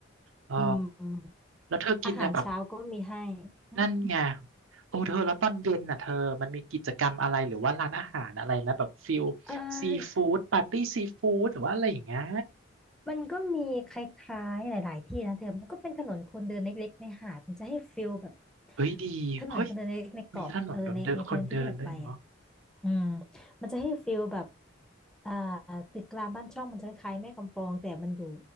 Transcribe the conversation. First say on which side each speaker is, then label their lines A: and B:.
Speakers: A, on the right; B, in the centre.
A: เออ
B: อืม
A: แล้วเธอกินนะแบบ
B: อาหารเช้าก็มีให้หึ
A: นั่นไงโอ้เธอแล้วตอนเย็นน่ะเธอมันมีกิจกรรมอะไรหรือว่าร้านอาหารอะไรไหมแบบฟิล
B: เออ
A: ซีฟู้ดปาร์ตี้ซีฟู้ดหรือว่าอะไรอย่างเงี้ย
B: มันก็มีคล้ายๆหลายๆที่นะเธอ มันก็เป็นถนนคนเดินเล็กๆในหาด มันจะให้ฟิลแบบ
A: เฮ้ยดีเฮ้ย
B: ถนนคนเดินเล็กๆในเกาะเออในในพื้นที่ที่เราไปอะ
A: มีถนนคนเดินคนเดินด้วยเนาะ
B: อืมมันจะให้ฟีลแบบอ่าตึกรามบ้านช่องมันจะคล้ายๆแม่กำปองแต่มันอยู่